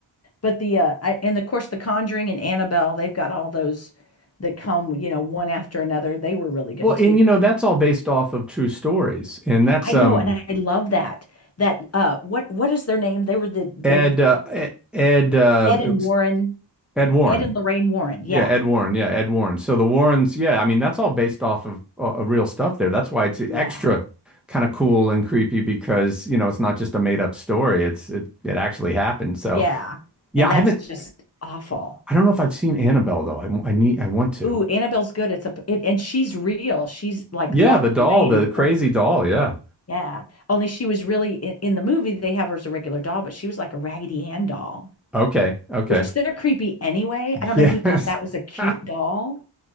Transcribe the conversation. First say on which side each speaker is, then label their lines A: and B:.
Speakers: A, on the left; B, in the centre.
A: But the uh I, and of course The Conjuring and Annabelle, they've got all those that come, you know, one after another. They were really good
B: Well, and
A: too.
B: you know, that's all based off of true stories. And that's
A: I
B: um,
A: know, and I love that. That uh, what what is their name? They were the the
B: Ed, uh, E-, Ed, uh,
A: Ed
B: it
A: and
B: was
A: Warren,
B: Ed Warren.
A: Ed and Lorraine Warren. Yeah,
B: Yeah, Ed Warren. Yeah, Ed Warren. So the Warrens, yeah, I mean that's all based off of, uh, of real stuff there. That's why it's extra
A: yeah,
B: kind of cool and creepy because, you know, it's not just a made up story. It's it it actually happened. So,
A: yeah.
B: yeah,
A: And
B: I
A: that's
B: haven't
A: just awful.
B: I don't know if I've seen Annabelle though. I I need I want to.
A: Ooh, Annabelle's good. It's a it, and she's real. She's like
B: Yeah,
A: locked
B: the doll,
A: away in
B: the
A: a place.
B: crazy doll, yeah.
A: Yeah. Only she was really in, in the movie. They have her as a regular doll, but she was like a Raggedy Ann doll,
B: Okay. Okay.
A: which they're creepy anyway. I don't
B: Yes.
A: know who thought that was a cute
B: <laughs>
A: doll.